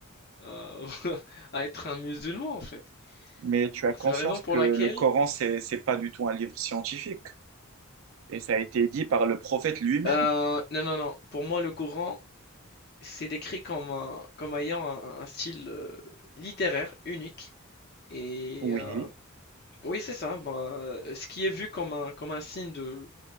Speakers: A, on the left (about 45°); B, on the right (about 65°).
A: à- <laughs> à être un musulman, en fait.
B: Mais tu as
A: Bah,
B: conscience
A: c'est la raison pour
B: que
A: laquelle...
B: le Coran, c'est, c'est pas du tout un livre scientifique. Et ça a été dit par le prophète lui-même.
A: euh, non, non, non, pour moi, le Coran, c'est décrit comme, un- comme ayant un, un style euh, littéraire unique. Et
B: Oui,
A: euh, Oui, c'est ça. bah, euh, ce qui est vu comme un, comme un signe de